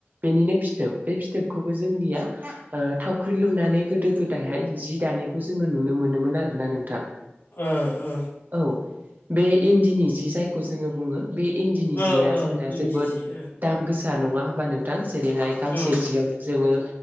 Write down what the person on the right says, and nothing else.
बेनिनो फिथोब बे फिथोबखौबो जोंनिया थावख्रि लुनानै गोदो गोदायहाय जि दानायखौ जोङो नुनो मोनोमोन आरो ना नोंथां।
औ। बे इन्दिनि जि जायखौ जोङो बुङो बे इन्दिनि
जिया
जोंना
जोबोद
दाम गोसा नङा होमबा नोंथां? जेरैहाय गांसे
जियावनो जोङो